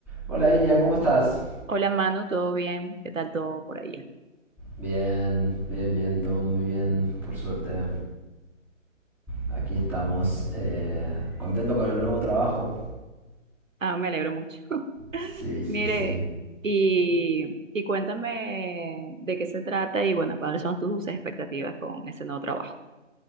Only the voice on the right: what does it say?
Hola Manu, ¿todo bien? ¿Qué tal todo por ahí?
Ah, me alegro mucho. <laughs>
Mire,
y, y cuéntame de qué se trata y bueno, cuáles son tus expectativas con ese nuevo trabajo.